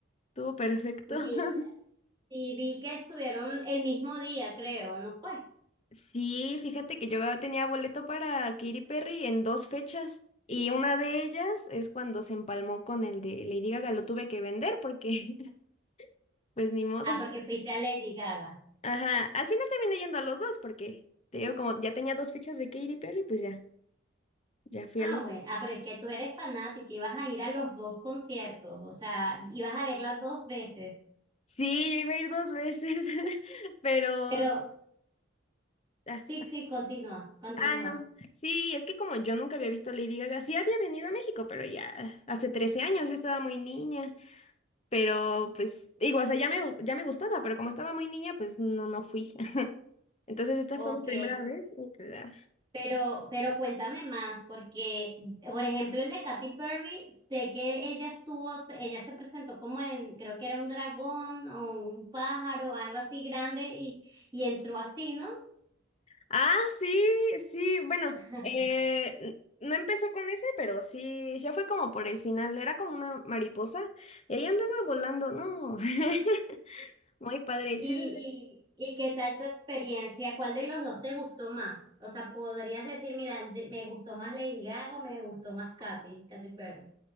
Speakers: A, on the left; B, on the right.
A: Estuvo perfecto.
B: Mira,
A: <laughs>
B: y vi que estuvieron el mismo día, creo, ¿no fue?
A: Sí, fíjate que yo tenía boleto para Katy Perry en dos fechas y una de ellas es cuando se empalmó con el de Lady Gaga, lo tuve que vender porque <laughs> pues ni modo.
B: Ah, porque fuiste a Lady Gaga.
A: Ajá, al final terminé yendo a los dos porque te digo como ya tenía dos fechas de Katy Perry, pues ya, ya fui
B: Ah,
A: a los
B: bueno,
A: dos.
B: ah, pero es que tú eres fanática y vas a ir a los dos conciertos, o sea, ibas a verla dos veces.
A: Sí, yo iba a ir dos veces, <laughs> pero...
B: Pero
A: Ah,
B: sí, sí, continúa, continúa.
A: ah, no. Sí, es que como yo nunca había visto a Lady Gaga, sí había venido a México, pero ya hace 13 años, yo estaba muy niña. Pero pues digo, o sea, ya me, ya me gustaba, pero como estaba muy niña, pues no, no fui. <laughs> Entonces esta
B: Ok,
A: fue mi primera vez. y pues, Ah,
B: pero, pero cuéntame más, porque, por ejemplo, el de Katy Perry, sé que ella estuvo, ella se presentó como en, creo que era un dragón o un pájaro, algo así grande, y, y entró así, ¿no?
A: Ah, sí, sí, bueno,
B: <laughs>
A: eh, n- no empezó con ese, pero sí, ya fue como por el final, era como una mariposa y ahí andaba volando, ¿no? <laughs> Muy padre,
B: ¿Y,
A: sí. le
B: y, y qué tal tu experiencia? ¿Cuál de los dos te gustó más? O sea, podrías decir, mira, de- me gustó más Lady Gaga o me gustó más Katy, Katy Perry.